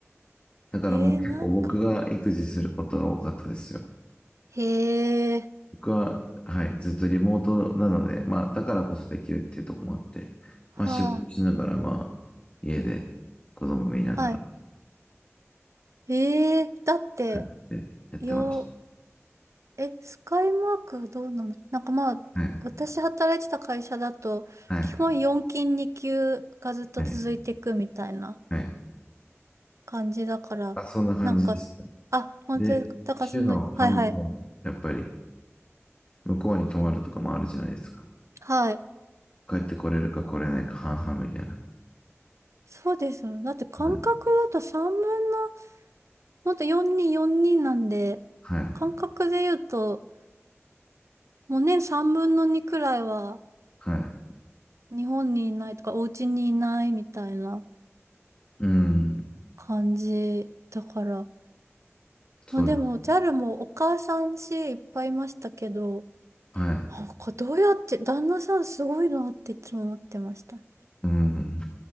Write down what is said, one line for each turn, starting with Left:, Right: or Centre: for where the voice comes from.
Left: だからもう結構僕が育児することが多かったですよ。
Right: え。えー、なんか。へえ。
Left: 僕は、はい、ずっとリモートなので、まあ、だからこそできるっていうところもあって、
Right: はあ。
Left: まあ、仕事しながら、まあ、家で子供見ながら
Right: はいええだって、
Left: やってやってまし
Right: よ、え、スカイマークどうなのなんかまあ、
Left: た。はい、
Right: 私働いてた会社だと、
Left: はい、
Right: 基本4勤2級がずっと続いていくみたいな
Left: はい、はい。
Right: 感じだから、
Left: あ、そんな感じですね。
Right: なんか、あ、本当ですか。
Left: で、
Right: だからその、
Left: 週の半分は、
Right: はいはい。
Left: やっぱり、向こうに泊まるとかもあるじゃないですか。
Right: はい。
Left: 帰ってこれるか来れないか半々みたいな。
Right: そうですよね。だって感覚だと3分の、
Left: はい、
Right: もっと4人4人なんで、
Left: はい、
Right: 感覚で言うと、もう年3分の2くらいは
Left: はい。
Right: 日本にいないとか、お家にいないみたいな。
Left: うん、
Right: 感じだから、
Left: そうです。
Right: まあ、でも JAL もお母さんしいっぱいいましたけど
Left: はい。
Right: なんかどうやって旦那さんすごいなっていつも思ってました
Left: うん。